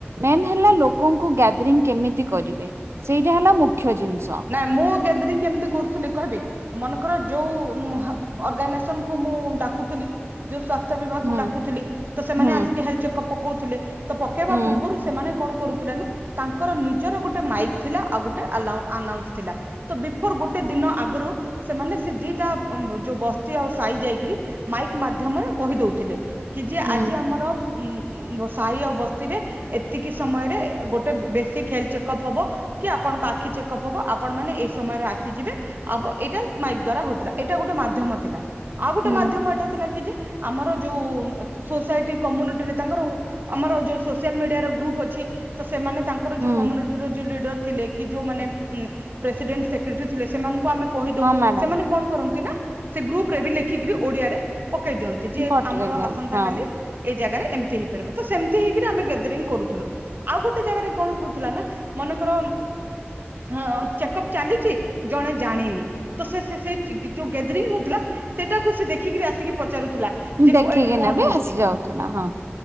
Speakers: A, on the right; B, on the right.
A: ମେନ୍ ହେଲା ଲୋକଙ୍କୁ ଗ୍ୟାଦରିଂ କେମିତି କରିବେ ସେଇଟା ହେଲା ମୁଖ୍ୟ ଜିନିଷ।
B: ନାଇଁ ମୁଁ ଗ୍ୟାଦରିଂ କେମିତି କରୁଥିଲି କହିବି? ମନେକର ଯୋଉ ହ ଅର୍ଗାନାଇଜେସନ କ ମୁଁ ଡାକୁଥିଲି। ଯୋଉ ସ୍ଵାସ୍ଥ୍ୟ ବିଭାଗକୁ
A: ହୁଁ
B: ଡାକୁୁଥିଲି ତ ସେମାନେ
A: ହୁଁ
B: ଆସିକି ହେଲଥ ଚେକଅପ୍ ପକଉଥିଲେ ତ ପକେଇବା
A: ହୁଁ
B: ପୂର୍ବରୁ ସେମାନେ କଣ କରୁଥିଲେ ନା ତାଙ୍କର ନିଜର ଗୋଟେ ମାଇକ୍ ଥିଲା ଆଉ ଗୋଟେ ଆଲାଉ - ଆନାଉନ୍ସ ଥିଲା। ତ ବିଫୋରୁ ଗୋଟେ ଦିନ ଆଗରୁ ସେମାନେ ସେ ଦିଟା ଯୋଉ ବସ୍ତି ଆଉ ସହି ଜାଇକିରି <unintelligible> ମାଇକ୍ ମାଧ୍ୟମରେ କହି ଦଉଥିଲେ କି ଯେ
A: ହୁଁ
B: ଆଜି ଆମର ମୁଁ ସାହି ଆଉ ବସ୍ତିରେ ଏତିକି ସମୟରେ ଗୋଟେ ବେସିକ୍ ହେଲ୍ ଥ ଚେକଅପ୍ ହବ। କି ଆପଣଙ୍କ ଆଖି ଚେକଅପ୍ ହବ ଆପଣ ମାନେ ଏଇ ସମୟରେ ଆସିଯିବେ ଆବ ଏଇଟା ମାଇକ୍ ଦ୍ଵାରା ହଉଥିଲା ଏଇଟା ଗୋଟେ ମାଧ୍ୟମ ଥିଲା, ଆଉ ଗୋଟେ
A: ହୁଁ
B: ମାଧ୍ୟମ ଏଟା ଥିଲା କି ଯେ ଆମର ଯୋଉ ସୋସାଇଟି କମ୍ୟୁନିଟିରେ ତାଙ୍କର ଓ ଆମର ଯୋଉ ସୋସିଆଲ ମିଡିଆ ର ଗ୍ରୁପ୍ ଅଛି ତ ସେମାନେ ତାଙ୍କର
A: ହୁଁ
B: ଯୋଉ କମୁନିଟିର ଯଉ ଲିଡର ଥିଲେ କି ଯୋଉମାନେ ପ୍ରେସିଡେଣ୍ଟ ସେକ୍ରେଟାରୀ ଥିଲେ ସେମାନଙ୍କୁ ଆମେ କହି ଦଉ
A: ହଁ ମ୍ୟାଡାମ
B: ସେମାନେ କଣ କରନ୍ତି ନା ସେ ଗ୍ରୁପ ରେ ବି ଲେଖିକିରି ଓଡିଆରେ ପକେଇ ଦିଅନ୍ତି। ଯେ
A: ପଟେଇ
B: ଆମର
A: ଦିଅନ୍ତୁ
B: ଆସନ୍ତା
A: ହଁ
B: କାଲି ଏଇ ଜାଗାରେ ଏମିତି ହେଇପାରିବ। ତ ସେମିତି ହେଇକିରି ଆମେ ଗ୍ୟାଦରିଂ କରୁଥିଲୁ ଆଉ ଗୋଟେ ଜାଗାରେ କଣ ହଉଥିଲା ନା ମନେକର ହଁ ଚେକପ ଚାଲିଛି ଜଣେ ଜାଣିନି। ତ ସେ ସେ ସେ ଯୋଉ ଗାଦରିଂ ହଉଥିଲା। ସେଟାକୁ ସେ ଦେଖିକିରି ଆସିକି ପଚାରୁଥିଲା। ଯେ
A: ଦେଖିକିନା
B: ଏଠି କଣ
A: ବି
B: ହଉଛି
A: ଆସି ଯାଉଥିଲା। ହଁ